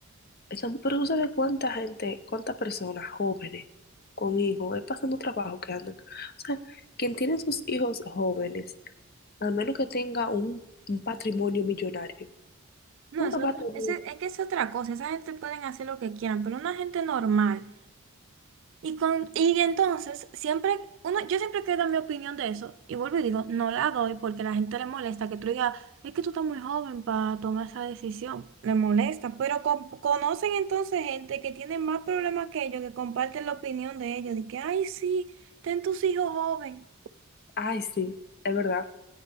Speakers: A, on the left; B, on the right.
A: Están, pero tú sabes cuánta gente, cuántas personas jóvenes con hijos, es pasando trabajo que andan. O sea, quien tiene sus hijos jóvenes, al menos que tenga un, un patrimonio millonario,
B: No,
A: no
B: es
A: lo
B: otra,
A: va a tener.
B: ese- es, que es otra cosa, esa gente pueden hacer lo que quieran, pero una gente normal Y, con, y entonces, siempre, uno, yo siempre quiero dar mi opinión de eso y vuelvo y digo, no la doy porque a la gente le molesta que tú digas, es que tú estás muy joven para tomar esa decisión. Le molesta, pero con- conocen entonces gente que tiene más problemas que ellos, que comparten la opinión de ellos, de que, ay, sí, ten tus hijos joven
A: Ay, sí, es verdad.